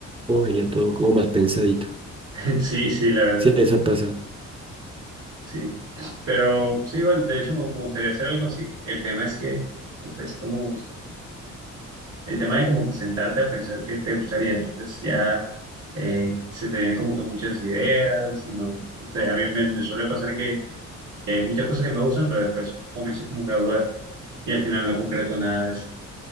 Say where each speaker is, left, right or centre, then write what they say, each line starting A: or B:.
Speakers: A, on the right (about 20°); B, on the right (about 70°).
A: homogéneo todo, como más pensadito.
B: <laughs> sí, sí, la verdad.
A: Sí, eso pasa.
B: Sí, pero sí, igual, de hecho me me gustaría hacer algo así. El tema es que pues, es como el tema de como que sentarte a pensar qué te gustaría, entonces ya eh, se te vienen como que muchas ideas y no, o sea, a mí me, me suele pasar que, que hay muchas cosas que me gustan, pero después comienzo como que a dudar y al final no concreto nada de eso.